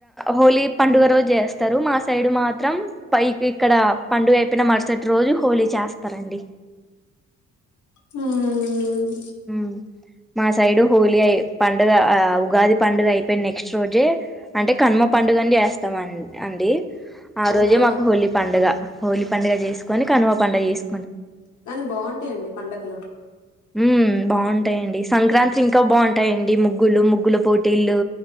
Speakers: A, in the centre; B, on the left (about 70°).
A: హోలీ పండుగ రోజు చేస్తారు మా సైడ్ మాత్రం పైకి ఇక్కడ పండుగ అయిపోయిన మరుసటి రోజు హోలీ చేస్తారండి
B: హ్మ్
A: ఉమ్ మా సైడ్ సైడు హోలీ అయి పండుగ ఉగాది పండుగ అయిపోయి నెక్స్ట్ రోజే అంటే కనుమ పండుగని చేస్తాం అండి ఆ
B: అవునా
A: రోజే మాకు హోలీ పండుగ హోలీ పండుగ చేసుకొని కనుమ పండగ చేసుకు
B: కానీ బాగుంటాయండి పండగలో
A: ఉమ్ బాగుంటాయండి సంక్రాంతి ఇంకా బాగుంటాయండి ముగ్గులు ముగ్గులు పోటీలు